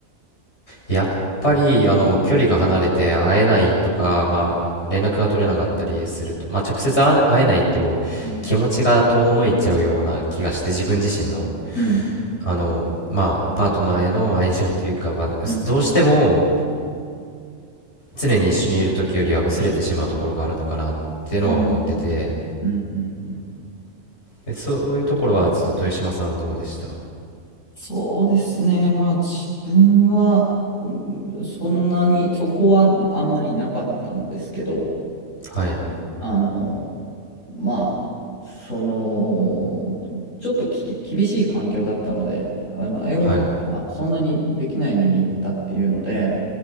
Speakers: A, on the left; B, on the left.
A: やっぱりあの距離が離れて会えないとか、まあ、連絡が取れなかったりすると、まあ、直接会会えないと気持ちが遠のいちゃうような気がして自分自身の、
B: うん。うん。
A: あの、まあ、パートナーへの愛情というか、まあ、うすどうしても
B: うん。
A: 常に一緒にいる時よりは薄れてしまうところがあるのかなっていうのは思ってて
B: うん。うん。うん。うん。うん
A: でそういうところはちょっと豊島さんどうでした
B: そうですね。まあ自分は、うんそんなに、そこはあんまりなかったんですけど、
A: はい
B: あの、まあ、その、ちょっとき厳しい環境だったので、あの、英語もあそんなにできないのに行ったっていうので、
A: はい